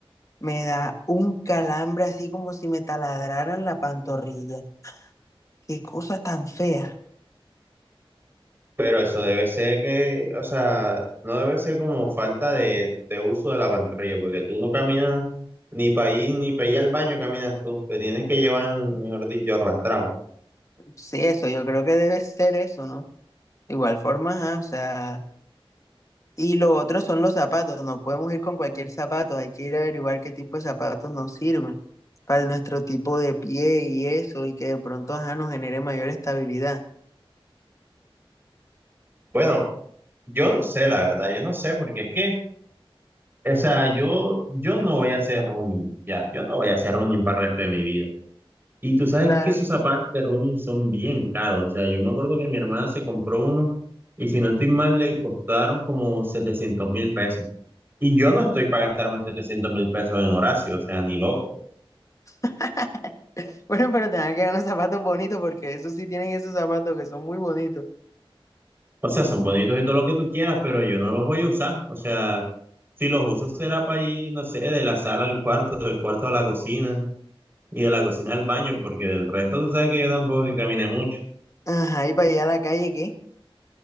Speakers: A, on the left; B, on the right.
A: me da un calambre así como si me taladraran la pantorrilla. Qué cosa tan fea.
B: Pero eso debe ser que, o sea, no debe ser como falta de, de uso de la pantorrilla, porque tú no caminas ni para ir ni para ir al baño caminas tú, te tienes que llevar, mejor dicho, arrastrado.
A: Sí, eso, yo creo que debe ser eso, ¿no? De igual forma, ajá, o sea, Y lo otro son los zapatos. No podemos ir con cualquier zapato. Hay que ir a averiguar qué tipo de zapatos nos sirven para nuestro tipo de pie y eso, y que de pronto, ajá, nos genere mayor estabilidad.
B: Bueno, yo no sé, la verdad, yo no sé, porque es que O sea, yo, yo no voy a hacer running, ya, yo no voy a hacer running para el resto de mi vida. Y tú sabes
A: Claro.
B: que esos zapatos de running son bien caros, o sea, yo me acuerdo que mi hermana se compró uno y si no estoy mal le costaron como setecientos mil pesos. Y yo no estoy para gastarme setecientos mil pesos en Horacio, o sea, ni loco.
A: <laughs> Bueno, pero tengan que dar unos zapatos bonitos porque esos sí tienen esos zapatos que son muy bonitos.
B: O sea, son bonitos y todo lo que tú quieras, pero yo no los voy a usar. O sea, si los uso será para ir, no sé, de la sala al cuarto, del cuarto a la cocina y de la cocina al baño, porque del resto tú sabes que yo tampoco es que camine mucho.
A: Ajá, y para allá a la calle, ¿qué?